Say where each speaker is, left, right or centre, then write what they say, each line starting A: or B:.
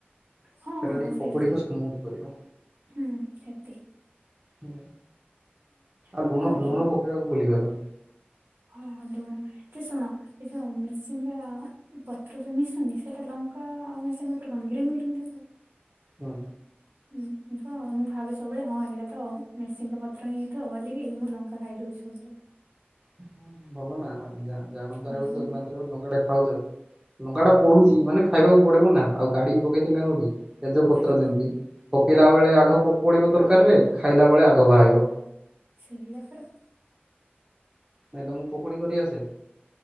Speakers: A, on the right; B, on the right.
A: ହଁ
B: ସେଟା
A: ହଁ
B: ଟିକେ
A: ହଁ ସେଇଟା
B: ପକୁଡିକୁ
A: ସେଇଟା
B: ସ୍ମୁଥ କରିବ।
A: ହୁଁ ଠିକ୍ ଠିକ୍।
B: ହୁଁ ଆଉ
A: ମୁଁ
B: ଲୁଣ
A: କଣ କି
B: ଲୁଣ ପକେଇବାକୁ ଭୁଲିଗଲ।
A: ହଁ ହଁ ଲୁଣ କି ଶୁଣ ଏ ଯୋଉ ମ୍ରିସିଙ୍ଗା ଉଁ ପତ୍ର ଯୋଉ ମିଶୁନି ସେଇଟା ଲଙ୍କା ଆଉ ମେସିଙ୍ଗା ପତ୍ର କଣ ଗ୍ରୀନ୍ ଗ୍ରୀନ୍ ଦେଖାହୁଏ।
B: ହଁ।
A: ହୁଁ ତ ମୁଁ ଭାବେ ସବେଳେ ହଁ ଏଇଟା ତ ମେସିଙ୍ଗା ପତ୍ର ହିଁ ହେଇଥବ ବୋଲିକି ମୁଁ ଲଙ୍କା ଖାଇଦଉଛି ସବୁବେଳେ।
B: ଆଉ କଣ ଭଲ ନା ଆଁ ଜା ଜାଣନ୍ତରେ
A: ହଁ
B: ହଉ କି ଅଜାଣତରେ
A: ଭଗବାନ
B: ହଉ ଲଙ୍କାଟା ଖାଉଛ ଲଙ୍କାଟା ପଡୁଚି ମାନେ ଖାଇବାକୁ ପଡିବ ନା ଆଉ କାଢିକି ପକେଇ ଦେଲେ ହବ କି। ତେଜପତ୍ର
A: ହୁଁ
B: ଯେମିତି ପକେଇଲା ବେଳେ ଆଗ ପ ପଡିବ ତରକାରୀରେ ଖାଇଲା ବେଳେ ଆଗ ଭାଇବ।
A: ସେଇଆ ପରା।
B: ନାଇଁ ତମୁକୁ ପକୁଡି କରି ଆସେ।